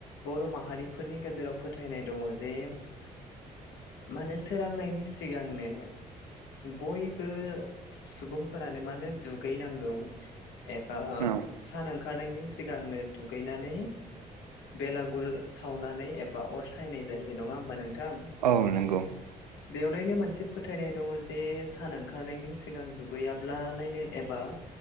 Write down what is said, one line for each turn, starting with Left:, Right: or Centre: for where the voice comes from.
Left: बर' मा माहारिफोरनि गेजेराव फोथायनाय दङ जे माने सोरांनायनि सिगांनो बयबो सुबुंफोरानो मानो दुगैनांगौ एबा
Right: औ
Left: सान ओंखारनायनि सिगांनो दुगैनानै बेलागुर सावनानै एबा अर सायनाय जायो नङा होमबा नोंथां?
Right: औ नंगौ।
Left: बेयावलायनो मोनसे फोथायनाय दङ जे सान ओंखारनायनि सिगां दुगैयाब्लालायनो एबा